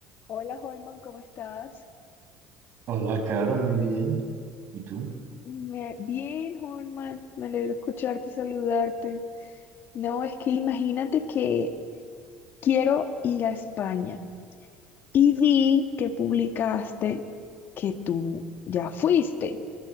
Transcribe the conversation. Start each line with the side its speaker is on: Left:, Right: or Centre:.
Left: Hola Holman, ¿cómo estás?
Right: Hola, Caro, muy bien. ¿Y tú?
Left: Me- Bien, Holman, me alegro escucharte y saludarte. No, es que imagínate que quiero ir a España y vi que publicaste que tú ya fuiste.